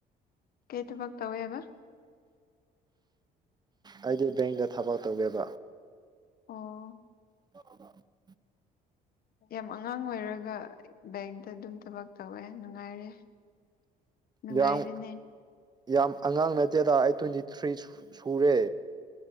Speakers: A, on the left (about 60°); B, on the right (about 25°).
A: ꯀꯩ ꯊꯕꯛ ꯇꯧꯋꯦꯍꯕ
B: ꯑꯩꯗꯤ ꯕꯦꯡꯗ ꯊꯕꯛ ꯇꯧꯒꯦꯕ
A: ꯑꯣ
B: <inaudible>
A: ꯌꯥꯝ ꯑꯉꯥꯡ ꯑꯣꯏꯔꯒ ꯕꯦꯡꯇ ꯑꯗꯨꯝ ꯊꯕꯛ ꯇꯧꯋꯦ ꯅꯨꯡꯉꯥꯏꯔꯦ ꯅꯨꯡꯉꯥꯏꯔꯦꯅꯦ
B: ꯌꯥꯝ ꯌꯥꯝ ꯑꯉꯥꯡ ꯅꯠꯇꯦꯗ ꯑꯩ ꯇ꯭ꯋꯦꯟꯇꯤ ꯊ꯭ꯔꯤ ꯁꯨ ꯁꯨꯔꯦ